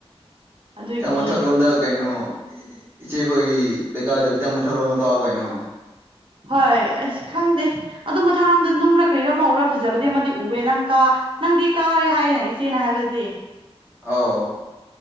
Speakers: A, on the right; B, on the right.
A: ꯑꯗꯨꯒꯤ
B: ꯅꯇ ꯃꯊꯛ ꯂꯣꯝꯗ ꯀꯩꯅꯣ ꯏꯆꯦꯈꯣꯏ ꯂꯩꯀꯥꯏꯗꯣ ꯈꯤꯇꯪ ꯃꯊꯧꯔꯣꯅ ꯀꯥꯎ ꯀꯩꯅꯣ
A: ꯍꯣꯏ ꯑꯁ ꯈꯪꯗꯦ ꯑꯗꯨꯗꯣ ꯃꯊꯊꯧꯔꯣꯝꯗ ꯅꯨꯡꯔꯥ ꯀꯔꯤꯔꯣ ꯑꯃꯎꯔꯥ ꯐꯖꯕꯗꯤ ꯑꯃꯗꯤ ꯎꯑꯦ ꯅꯪ ꯀꯥ ꯅꯪꯗꯤ ꯀꯥꯔꯦ ꯍꯥꯏꯌꯦꯅ ꯏꯆꯦꯅ ꯍꯥꯏꯕꯗꯨꯗꯤ
B: ꯑꯥꯎ